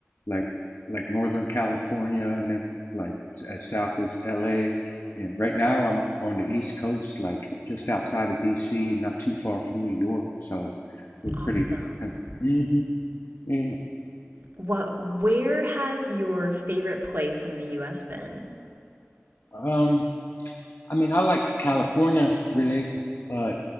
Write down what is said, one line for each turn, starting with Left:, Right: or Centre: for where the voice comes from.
Left: like like Northern California and then like as south as LA. And right now I'm on the East Coast, like just outside of DC, not too far from New York. So it's
Right: Awesome.
Left: pretty. hmm yeah.
Right: What where has your favorite place in the US been?
Left: Um, I mean, I like California really, but